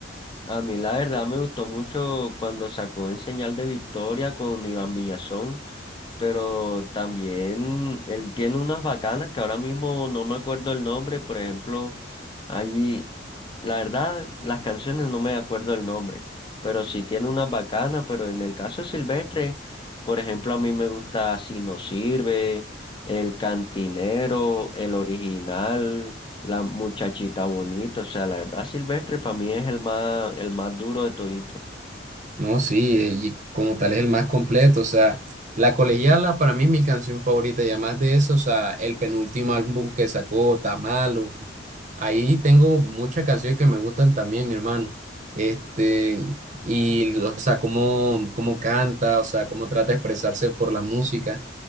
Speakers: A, on the left; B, on the right.
A: A mí la verdad me gustó mucho cuando sacó En Señal de Victoria con Iván Villazón. pero también él tiene unas bacanas que ahora mismo no me acuerdo el nombre, por ejemplo, ahí, la verdad, las canciones no me acuerdo el nombre, pero sí tiene unas bacanas, pero en el caso de Silvestre, por ejemplo, a mí me gusta Si no sirve, El Cantinero, El Original, La Muchachita Bonita, o sea, la verdad, Silvestre para mí es el más, el más duro de todito.
B: No, sí, eh, y como tal es el más completo, o sea, La Colegiala para mí es mi canción favorita y además de eso, o sea, el penúltimo álbum que sacó, Tamalo, ahí tengo muchas canciones que me gustan también, mi hermano, este, y, o sea, cómo, cómo canta, o sea, cómo trata de expresarse por la música,